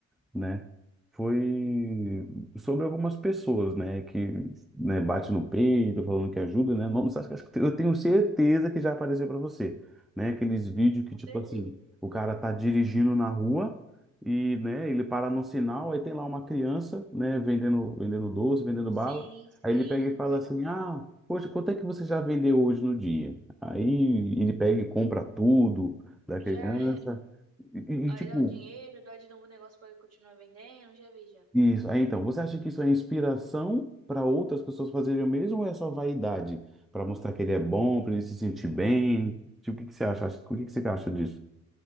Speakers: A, in the centre; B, on the right.
A: né? Foi sobre algumas pessoas, né? Que né, bate no peito, falando que ajuda, né? Não, acho, que- acho que eu tenho certeza que já apareceu para você, né? Aqueles vídeos que,
B: com
A: tipo
B: certeza.
A: assim, o cara tá dirigindo na rua e, né, ele para no sinal, aí tem lá uma criança, né, vendendo, vendendo doce, vendendo
B: Sim,
A: bala. Aí
B: sim.
A: ele pega e fala
B: Eu
A: assim: Ah, poxa, quanto é que você já vendeu hoje no dia? Aí ele pega e compra tudo da
B: já,
A: criança.
B: já,
A: E, e,
B: Aí
A: tipo,
B: dá o dinheiro, dá de novo o negócio pra ele continuar vendendo, já vi já.
A: isso. Aí, então, você acha que isso é inspiração para outras pessoas fazerem o mesmo ou é só vaidade? Para mostrar que ele é bom, para ele se sentir bem? Tipo, o que que você acha? O que que você acha disso?